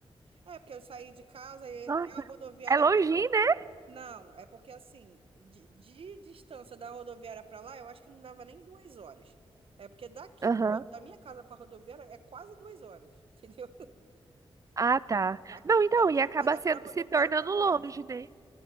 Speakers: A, on the right (about 65°); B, on the right (about 35°).
A: É, porque eu saí de casa e
B: Nossa,
A: até a rodoviária
B: é longinho,
A: tipo
B: né?
A: Não, é porque assim, de, de distância da rodoviária para lá, eu acho que não dava nem duas horas. É porque daqui,
B: Aham.
A: pro- da minha casa para rodoviária, é quase duas horas, <laughs> entendeu?
B: Ah, tá.
A: Daqui,
B: Não, então,
A: da minha
B: e acaba
A: casa
B: se,
A: para rodoviária,
B: se tornando
A: que é longe.
B: longe, né?